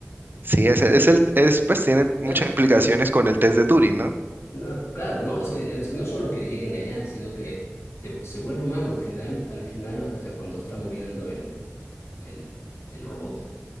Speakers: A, on the right; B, on the left.
A: Sí, es, es
B: Claro,
A: el, es, pues tiene muchas
B: Claro,
A: implicaciones
B: no.
A: con el test de Turing, ¿no?
B: No, claro, no, es que, es que no solo que llegue a engañar, sino que te- se vuelve humano al final, al final, o sea, cuando está muriendo el, el, el robot,